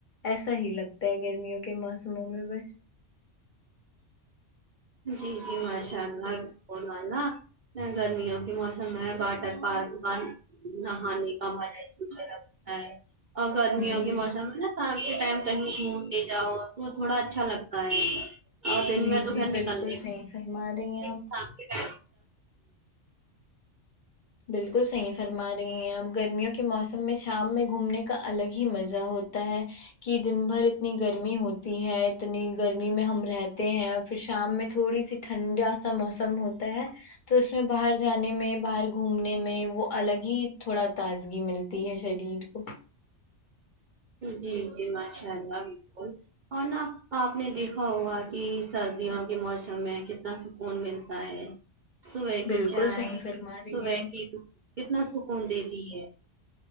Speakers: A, on the left (about 50°); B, on the right (about 55°).
A: ایسا ہی لگتا ہے گرمیوں کے موسموں میں بس
B: جی جی ماشاء اللہ بولا نا گرمیوں کے موسم میں واٹر پارک بن نہانے کا مزہ ہی کچھ لگتا ہے اور گرمیوں
A: جی
B: کے موسم میں نا شام کے ٹائم کہیں گھومنےجاؤ تو تھوڑا اچھا لگتا ہے اور دن
A: جی
B: میں توپھر
A: جی بالکل
B: نکل <unintelligible>
A: صحیح فرما رہی
B: شام
A: ہیں آپ
B: کے ٹائم پہ
A: بالکل صحیح فرما رہی ہیں اپ گرمیوں کے موسم میں شام میں گھومنے کا الگ ہی مزہ ہو تا ہے کہ دن بھر اتنی گرمی ہوتی ہے اتنی گرمی میں ہم رہتے ہیں پھر شام میں تھوڑی سی ٹھنڈا سا موسم ہوتا ہے تو اس میں باہر جانے میں باہر گھومنے میں وہ الگ ہی تھوڑا تازگی ملتی ہے شریر کو
B: جی جی ماشاء اللہ بالکل اور نا آپ نے دیکھا ہوگا کہ سردیوں کے موسم میں کتنا سکون ملتا ہے صبح
A: بالکل
B: کی چائے
A: صحیح فرما رہی
B: صبح
A: ہیں آپ
B: کی د کتنا سکون دیتی ہے